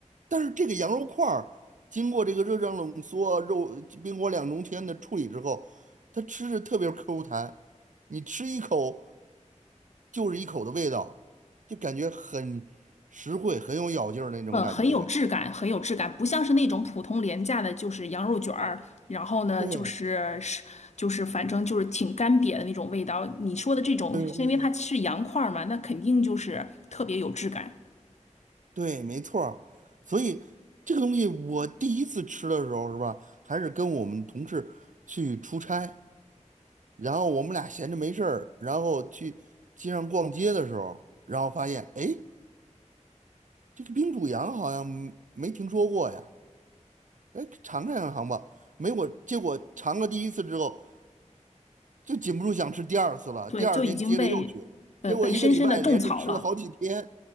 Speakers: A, on the right; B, on the left.
A: 但是这个羊肉块儿经过这个热胀冷缩、肉冰火两重天的处理之后，它吃着特别 Q 弹，你吃一口就是一口的味道，就感觉很实惠、很有咬劲儿那种感觉。
B: 呃，很有质感，很有质感，不像是那种普通廉价的，就是羊肉卷儿，然后呢，
A: 对
B: 就是是就是反正就是挺干瘪的那种味道。你说的这种，
A: 对对
B: 是因为它是羊块儿嘛，那肯定就是特别有质感，
A: 对，没错儿所以这个东西我第一次吃的时候是吧，还是跟我们同事去出差，然后我们俩闲着没事儿，然后去街上逛街的时候，然后发现哎。诶这个冰煮羊好像没听说过呀，哎，尝尝尝吧。没我，结果尝了第一次之后，就禁不住想吃第二次了。
B: 对，
A: 第二天接着又去，
B: 就已经被呃被深深的种草了。
A: 结果一个礼拜连着吃了好几天。